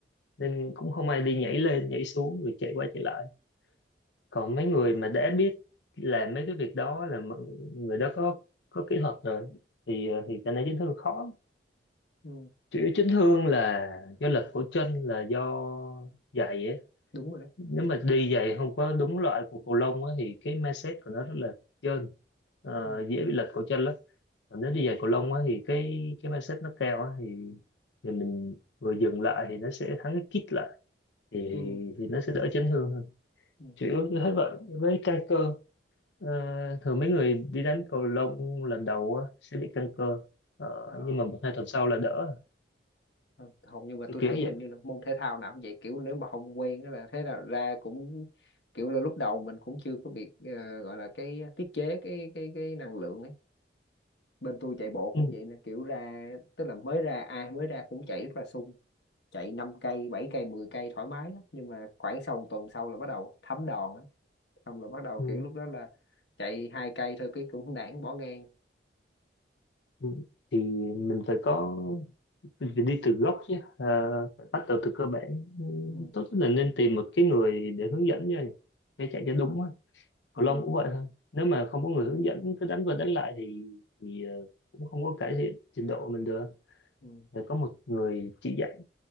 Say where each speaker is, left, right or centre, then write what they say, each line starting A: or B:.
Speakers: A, on the left; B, on the left.
A: nên
B: Ừ.
A: cũng không ai đi nhảy lên nhảy xuống rồi chạy qua chạy lại còn mấy người mà đã biết làm mấy cái việc đó là m- người đó có có kỹ thuật rồi thì ờ, thì cái này chấn thương khó
B: Ừ,
A: chủ yếu chấn thương là do lực của chân là do giày á
B: đúng rồi đó.
A: nếu
B: Ừ.
A: mà đi giày không có đúng loại của cầu lông á thì cái mindset của nó rất là trơn Ờ,
B: Ừ.
A: dễ bị lệch cổ chân lắm còn nếu
B: Ừ.
A: đi giày cầu lông á thì cái cái mindset nó cao á thì thì mình vừa dừng lại thì nó sẽ thắng cái kít lại thì
B: ừ.
A: thì nó sẽ đỡ chấn thương hơn
B: Ừ.
A: chủ yếu như thế vậy với căng cơ Ờ, thường mấy người đi đánh cầu lông lần đầu á, sẽ bị căng cơ Ờ,
B: Ờ,
A: nhưng mà một hai tuần sau là đỡ
B: thôi, hầu như mà
A: kiểu
B: tôi
A: kiểu
B: thấy
A: vậy
B: hình như là môn thể thao nào cũng vậy kiểu nếu mà không quen á là thế nào ra cũng kiểu là lúc đầu mình cũng chưa có bị ờ, gọi là cái tiết chế cái cái cái năng lượng ấy bên tôi chạy bộ
A: ừ,
B: cũng vậy nè kiểu ra tức là mới ra ai mới ra cũng chạy rất là sung chạy 5 cây 7 cây 10 cây thoải mái lắm nhưng mà khoảng sau một tuần sau là bắt đầu thấm đòn á xong là bắt đầu
A: ừ,
B: kiểu lúc đó là chạy hai cây thôi cái cũng nản bỏ ngang
A: ừ. thì mình phải có mình phải đi từ gốc chứ Ờ, phải bắt đầu từ cơ bản Ừ,
B: ừ,
A: tốt nhất là nên tìm một cái người để hướng dẫn nha để chạy cho đúng á cầu
B: ừ,
A: lông cũng vậy thôi nếu mà không có người hướng dẫn cứ đánh qua đánh lại thì thì ờ, cũng không có cải thiện trình độ mình được
B: ừ,
A: phải có một người chỉ dạy